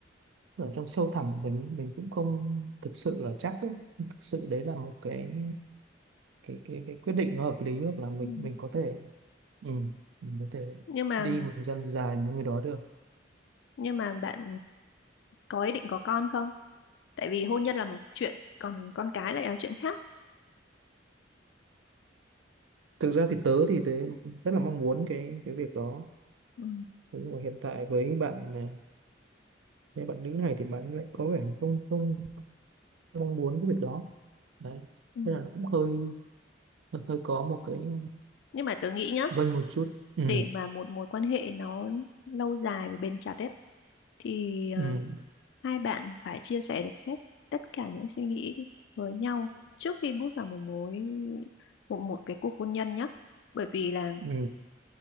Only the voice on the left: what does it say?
Ừ.
nhưng mà
nhưng mà bạn có ý định có con không tại vì hôn nhân là một chuyện còn con cái lại là chuyện khác
ừ.
Ừ.
nhưng mà tớ nghĩ nhá
để mà một mối quan hệ nó lâu dài và bền chặt ấy thì ờ,
hai bạn phải chia sẻ được hết tất cả những suy nghĩ với nhau trước khi bước vào một mối một, một cái cuộc hôn nhân nhé bởi vì là